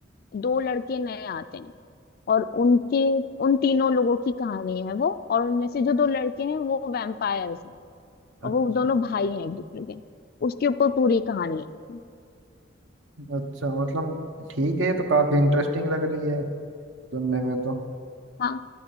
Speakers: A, on the left (about 50°); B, on the right (about 80°).
A: दो लड़के नए आते हैं और उनके उन तीनों लोगों की कहानी है वो और उनमें से जो दो लड़के हैं वो वैम्पायर्स हैं और
B: अच्छा
A: वो दोनों भाई हैं एक दूसरे के उसके ऊपर पूरी कहानी है
B: अच्छा मतलब ठीक है ये तो काफी इंटरेस्टिंग लग रही है सुनने में तो
A: हाँ